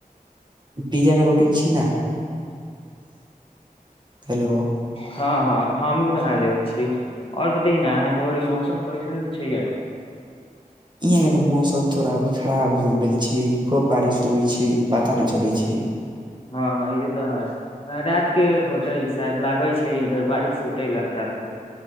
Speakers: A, on the right; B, on the left.
A: पिज्जा के रोटी छी ने हेलो
B: हँ हँ हमहुँ बना लेबै छी आओर त ने अहाँके ओ मौसम कइसन छै
A: यहाँ के तऽ मौसम थोड़ा अभी खराब हो गेल छै कब बारिश होइ छै पता न चले छै
B: हँ ई तऽ है रात के होते शाय लागै छै इधर बारिश होतै रात के